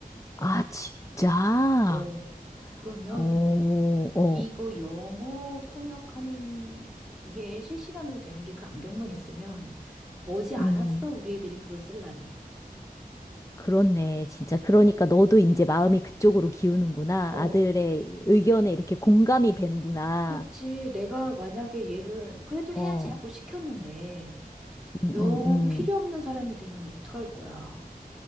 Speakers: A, on the left; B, in the centre.
A: 아, 진짜?
B: 어, 그러면
A: 어, 어.
B: 이거 영어 통역하는 게 실시간으로 되는 게 그 안경만 있으면 머지 않았어,
A: 음.
B: 우리 애들이 그걸 쓸 날이.
A: 그렇네. 진짜. 그러니까 너도 이제 마음이 그쪽으로 기우는구나.
B: 어,
A: 아들의 의견에 이렇게 공감이 되는구나.
B: 그치. 내가 만약에 얘를 그래도 해야지
A: 어,
B: 하고 시켰는데
A: 음,
B: 영
A: 음, 음.
B: 필요 없는 사람이 되면 어떡할 거야.